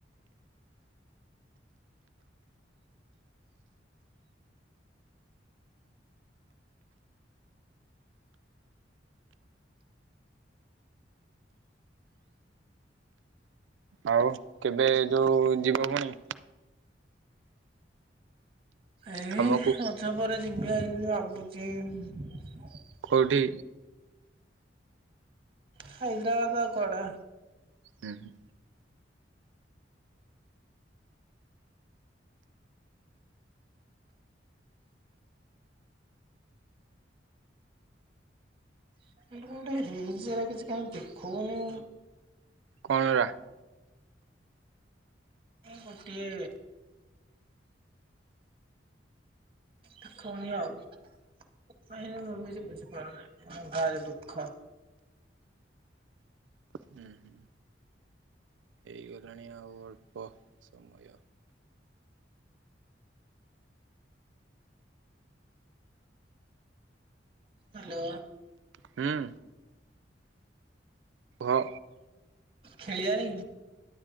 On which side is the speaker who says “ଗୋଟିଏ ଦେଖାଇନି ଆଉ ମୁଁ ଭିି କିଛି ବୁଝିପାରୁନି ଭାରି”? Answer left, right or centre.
Right